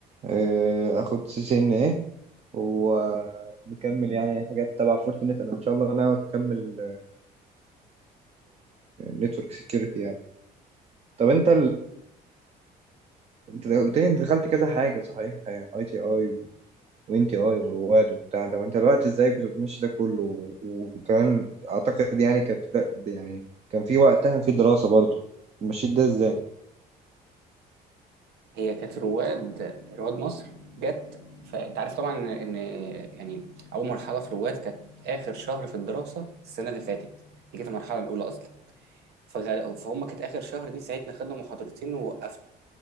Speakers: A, on the right (about 40°); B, on the right (about 75°).
A: أه اخد سي سي ان ايه ومكمل يعني حاجات تبع فورتنت انا ان شاء الله انا اكمل نتورك سكيورتي يعني طب انت انت قلت لي انت دخلت كذا حاجه صحيح اي تي اي وان تي اي ورواد وبتاع ده وانت الوقت ازاي كنت بتمشي ده كله و- وكمان اعتقد يعني كانت ده- يعني كان في وقتها في دراسه برضه مشيت ده ازاي
B: هي كانت رواد رواد مصر جت فانت عارف طبعا ان يعني اول مرحله في رواد كانت اخر شهر في الدراسه السنه اللي فاتت دي كانت المرحله الاولى اصلا فغال... فهم كانت اخر شهر دي ساعتنا خدنا محاضرتين ووقفنا